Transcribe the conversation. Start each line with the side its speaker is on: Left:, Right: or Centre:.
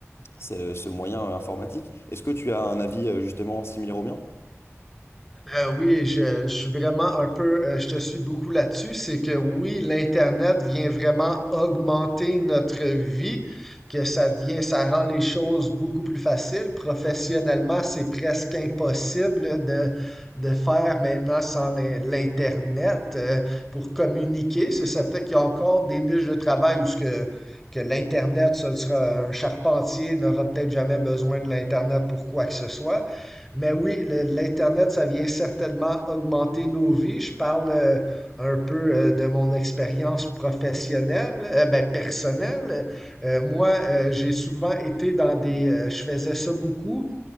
Left: ce, ce moyen euh, informatique. Est-ce que tu as un avis, euh, justement, similaire au mien?
Centre: Euh, oui, je, je suis vraiment un peu, euh, je te suis beaucoup là-dessus. C'est que oui, l'Internet vient vraiment augmenter notre vie, que ça devient, ça rend les choses beaucoup plus faciles. Professionnellement, c'est presque impossible de, de faire maintenant sans l'in- l'Internet, euh, pour communiquer. C'est certain qu'il y a encore des niches de travail où ce que, que l'Internet, ce sera un charpentier n'aura peut-être jamais besoin de l'Internet pour quoi que ce soit. Mais oui, le- l'Internet, ça vient certainement augmenter nos vies. Je parle euh, un peu euh, de mon expérience professionnelle, euh, ben, personnelle. Euh, moi, euh, j'ai souvent été dans des, euh, je faisais ça beaucoup,